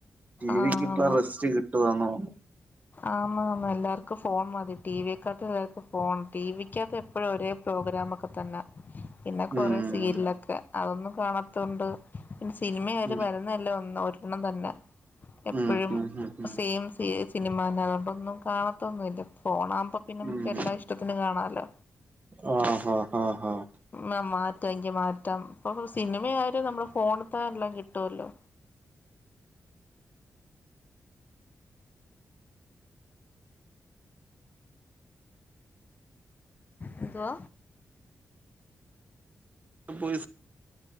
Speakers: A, on the right (about 30°); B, on the left (about 35°).
A: ടി
B: ആന്ന്
A: വിക്ക് ഇപ്പ റെസ്റ്റ് കിട്ടുവാന്ന് തോന്നും
B: ആന്ന് ആന്ന് എല്ലാവർക്കും ഫോൺ മതി ടിവിയെക്കാട്ടിലും എല്ലാർക്കും ഫോൺ ടി വിക്കാത്ത് എപ്പൊഴും ഒരേ പ്രോഗ്രാം ഒക്കെ തന്നാ പിന്നെ കൊറേ
A: ഉം
B: സീരിയലൊക്കെ അതൊന്നും കാണത്തോണ്ട് പിന്നെ സിനിമയായാലും
A: ഉം
B: വരുന്ന എല്ലാം ഒന്ന് ഒര് ണ്ണം തന്നെ എപ്പോഴും
A: ഉം ഉം ഉം ഉം
B: സെയിം സീ <unintelligible> മ ന്നെ അതൊണ്ടൊന്നും കാണത്തൊന്നുല്ല ഫോണാ ഇപ്പൊ പിന്നെ നമുക്ക്
A: ഉം
B: എല്ലാ ഇഷ്ടത്തിനും കാണാലോ
A: ആഹ് ആഹ് ആഹ് ആഹ്
B: മ മാ തേങ്കി മാറ്റം ഇപ്പൊ സിനിമയായാലും നമ്മളെ ഫോണ്ത്തന്നെ എല്ലാം കിട്ടുവല്ലോ എന്തുവാ
A: പോയി